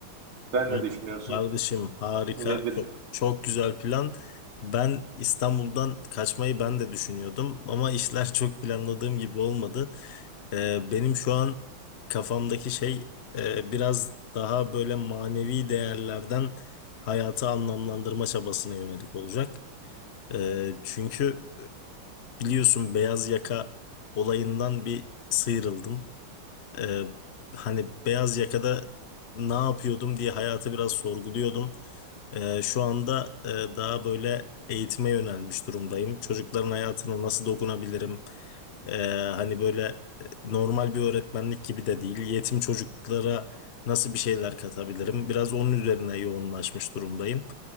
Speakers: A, on the right; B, on the left.
A: Sen
B: Ya
A: ne düşünüyorsun?
B: Kardeşim harika
A: Nedir?
B: çok çok güzel plan. Ben İstanbul'dan kaçmayı ben de düşünüyordum ama işler <laughs> çok planladığım gibi olmadı. Ee, benim şu an kafamdaki şey e, biraz daha böyle manevi değerlerden hayatı anlamlandırma çabasına yönelik olacak. Ee, çünkü biliyorsun beyaz yaka olayından bir sıyrıldım. Ee, hani beyaz yakada ne yapıyordum diye hayatı biraz sorguluyordum. Ee, şu anda e, daha böyle eğitime yönelmiş durumdayım. Çocukların hayatına nasıl dokunabilirim? Ee, hani böyle e, normal bir öğretmenlik gibi de değil. Yetim çocuklara nasıl bir şeyler katabilirim? Biraz onun üzerine yoğunlaşmış durumdayım.